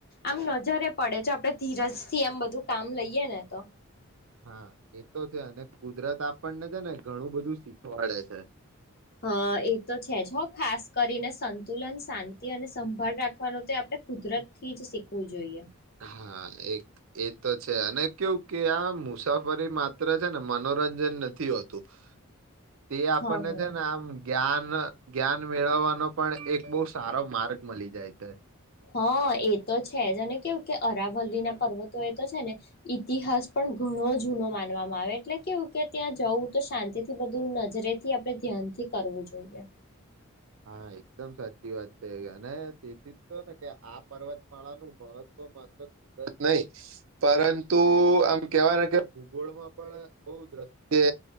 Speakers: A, on the left; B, on the right.
A: આમ ન જારે પડે છે આપડે ધીરજથી એમ બધું કામ લઈએ ને તો.
B: હા એ તો છે અને કુદરત આપણને છે ને ઘણું બધું શીખવાડે છે.
A: અ એ તો છે જ ખાસ કરીને સંતુલન શાંતિ અને સંભાળ રાખવાનો તો આપણે કુદરત થી જ શીખવું જોઈએ.
B: હા એક એ તો છે અને કેવું કે આ મુસાફરી માત્ર છે ને મનો મરંજન નથી હોતું તે આપણને
A: હા
B: છે ને આમ જ્ઞાન જ્ઞાન મેળવવાનો પણ એક બહ સારો માર્ગ મળી જાય છે.
A: હા એ તો છે જ અને કેવું કે અરાવલ્લી ના પર્વતો એ તો છે ને ઈતિહાસ પણ ઘણું ન જૂનો માનવામાં આવે એટલે કેવું કે ત્યાં જવું તો શાંતિ થી બધું નજરેથી આપણે ધ્યાનથી કરવું. કરવું જોઈએ.
B: હા એકદમ સાચી વાત છે અને તેથી તો ને કે આ પર્વતમાળાનું મહત્વ નહી પરંતુ આમ કેવા કે ભૂગોળમાં પણ બ દ્રષ્ટ્ય